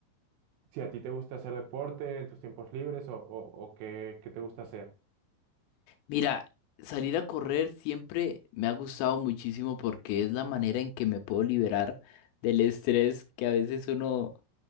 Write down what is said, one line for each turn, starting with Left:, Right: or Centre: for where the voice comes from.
Right: si a ti te gusta hacer deporte en tus tiempos libres o, o- o qué, qué te gusta hacer.
Left: Mira, salir a correr siempre me ha gustado muchísimo porque es la manera en que me puedo liberar del estrés que a veces uno